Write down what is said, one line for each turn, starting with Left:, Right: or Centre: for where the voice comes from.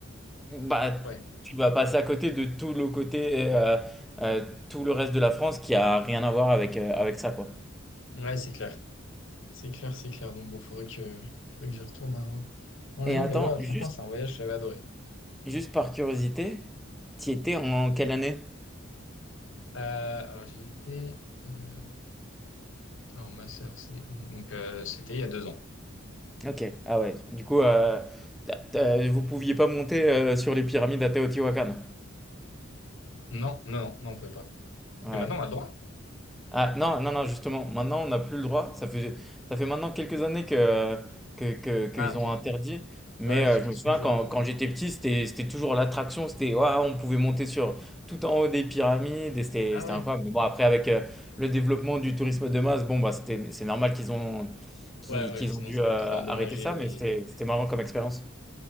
Centre: Bah,
Left: ouais,
Centre: tu vas passer à côté de tout le côté, euh, euh, tout le reste de la France qui a rien à voir avec, euh, avec ça, quoi.
Left: ouais, c'est clair. C'est clair, c'est clair. Donc bon, faudrait que, faudrait que j'y retourne un, un
Centre: Et
Left: jour.
Centre: attends,
Left: Mais ouais,
Centre: juste,
Left: franchement, c'est un voyage que j'avais adoré.
Centre: juste par curiosité, tu étais en quelle année?
Left: Euh, alors j'y étais. euh, Alors ma sœur, c'est donc euh, c'était il y a deux ans.
Centre: Ok, ah ouais. Du coup, euh, t'as- t'as- vous pouviez pas monter euh, sur les pyramides à Teotihuacan.
Left: Non, non, non, non, on pouvait pas. Parce
Centre: Ouais.
Left: que maintenant on a le droit.
Centre: Ah non, non, non, justement, maintenant on n'a plus le droit. Ça fait, ça fait maintenant quelques années que, que, que- qu'ils
Left: Ah ok.
Centre: ont interdit. Mais
Left: Ouais, c'est
Centre: euh,
Left: ce que
Centre: je me souviens
Left: tu disais.
Centre: quand, quand j'étais petit, c'était, c'était toujours l'attraction. C'était, ouah, on pouvait monter sur tout en haut des pyramides et c'était,
Left: Ah
Centre: c'était
Left: ouais.
Centre: incroyable. Mais bon, après, avec euh, le développement du tourisme de masse, bon, bah, c'était, c'est normal qu'ils ont, qu'ils,
Left: Ouais, ouais.
Centre: qu'ils
Left: Sinon
Centre: ont dû
Left: ça
Centre: euh,
Left: va trop endommager
Centre: arrêter ça,
Left: les,
Centre: mais c'était, c'était marrant comme expérience.